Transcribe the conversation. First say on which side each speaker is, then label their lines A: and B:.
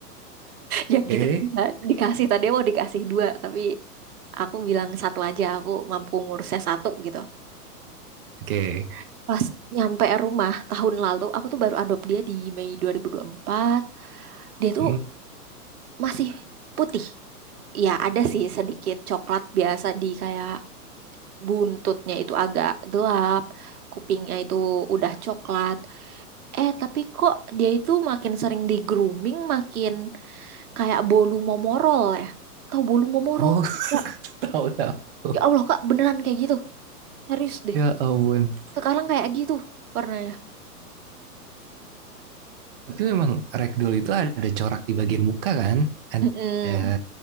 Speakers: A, on the right (about 65°); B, on the right (about 35°).
A: Ya
B: okay.
A: gitu. Kak. Dikasih tadi mau dikasih dua, tapi aku bilang satu aja aku mampu ngurusnya satu gitu.
B: Oke.
A: Pas nyampe rumah tahun lalu, aku tuh baru adopt dia di Mei dua dua ribu dua puluh empat Dia tuh
B: Hmm.
A: masih putih. Ya ada sih sedikit coklat biasa di kayak buntutnya itu agak gelap, kupingnya itu udah coklat. Eh, tapi kok dia itu makin sering di grooming, makin kayak bolu momorol ya. Tahu bolu momorol?
B: Oh,
A: nggak
B: <laughs>
A: sih, Kak?
B: tahu tahu.
A: Ya Allah, Kak, beneran kayak gitu. Serius deh.
B: Ya ampun.
A: Sekarang kayak gitu warnanya.
B: Tapi memang ragdoll itu ada corak di bagian muka kan? Ada
A: Mm-mm.